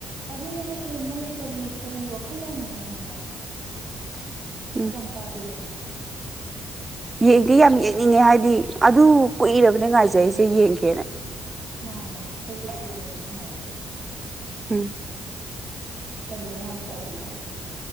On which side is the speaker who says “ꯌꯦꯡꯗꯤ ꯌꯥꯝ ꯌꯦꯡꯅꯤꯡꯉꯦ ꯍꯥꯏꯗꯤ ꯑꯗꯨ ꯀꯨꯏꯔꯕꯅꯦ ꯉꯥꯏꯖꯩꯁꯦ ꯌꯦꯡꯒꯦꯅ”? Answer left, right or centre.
Right